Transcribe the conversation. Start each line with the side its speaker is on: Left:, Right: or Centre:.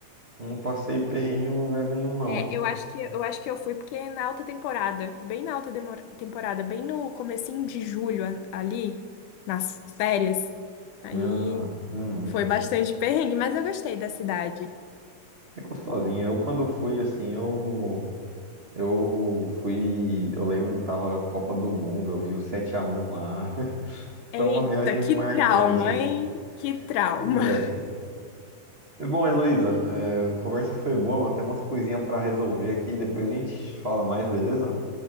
Right: não passei perrengue em lugar nenhum, não.
Left: É, eu acho que eu acho que eu fui porque é na alta temporada, bem na alta demora- temporada, bem no comecinho de julho a- ali, nas férias, aí
Right: Ah, uhum.
Left: foi bastante perrengue, mas eu gostei da cidade.
Right: É gostosinha. Eu quando fui, assim, eu, eu fui, eu lembro, tava Copa do Mundo, eu vi o 7x1 lá. <laughs>
Left: Eita,
Right: Foi uma viagem
Left: que
Right: marcante,
Left: trauma,
Right: assim.
Left: hein? Que trauma.
Right: Pois é.
Left: <laughs>
Right: Bom, Heloísa, é, a conversa foi boa, mas tem umas coisinhas para resolver aqui. Depois a gente fala mais, beleza?